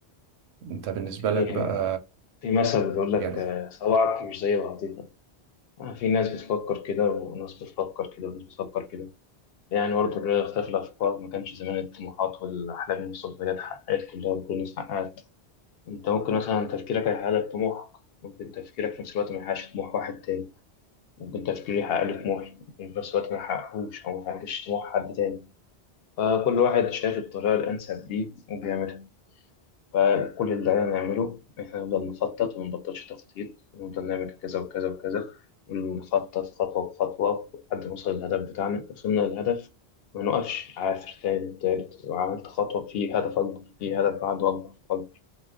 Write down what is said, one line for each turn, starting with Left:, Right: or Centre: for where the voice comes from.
Right: انت بالنسبة
Left: في
Right: لك بقى
Left: في مثل بيقول لك
Right: يعني
Left: آه، صواعق مش زي بعضيها آه، في ناس بتفكر كده وناس بتفكر كده وناس بتفكر كده يعني برضه لولا اختلاف الأفكار ما كانش زمان الطموحات والأحلام والمستقبلات اتحققت كلها وكل الناس حققت أنت ممكن مثلا تفكيرك هيحقق لك طموحك ممكن تفكيرك في نفس الوقت ما يحققش طموح واحد تاني ممكن تفكيري يحقق لي طموحي وفي نفس الوقت ما يحققهوش أو ما يحققش طموح حد تاني فكل واحد شايف الطريقة الأنسب ليه وبيعملها فكل اللي علينا نعمله إحنا نفضل نخطط ومنبطلش تخطيط ونفضل نعمل كذا وكذا وكذا ونخطط خطوة بخطوة لحد ما نوصل للهدف بتاعنا وصلنا للهدف ما نقفش عافر تاني تالت وعملت خطوة في هدف أكبر في هدف بعده أكبر